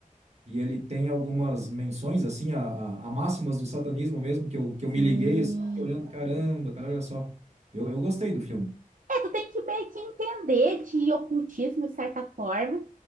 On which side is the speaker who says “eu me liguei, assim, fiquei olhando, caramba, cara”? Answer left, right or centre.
Right